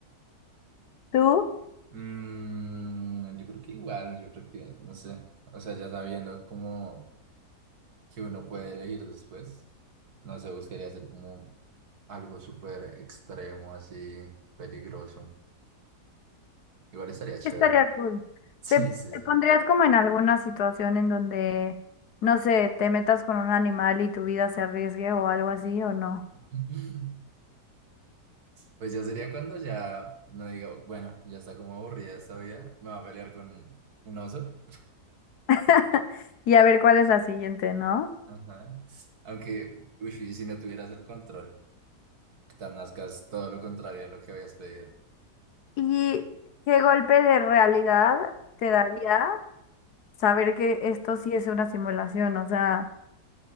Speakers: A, on the left (about 70°); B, on the right (about 65°).
A: ¿Tú?
B: Mm, yo creo que igual, yo creo que, no sé, o sea, ya sabiendo como que uno puede elegir después, no sé, buscaría hacer como algo súper extremo, así, peligroso. Igual estaría chévere.
A: Estaría
B: <laughs>
A: cool.
B: Sí,
A: ¿Te,
B: sí,
A: te
B: sí.
A: pondrías como en alguna situación en donde, no sé, te metas con un animal y tu vida se arriesgue o algo así o no?
B: <laughs> Pues ya sería cuando ya no diga, bueno, ya está como aburrida esta vida, me va a pelear con un oso.
A: <laughs> Y a ver cuál es la siguiente, ¿no?
B: Ajá. Aunque, uy, y si no tuvieras el control, que tal nazcas todo lo contrario a lo que habías pedido?
A: ¿Y qué golpe de realidad te daría saber que esto sí es una simulación? O sea,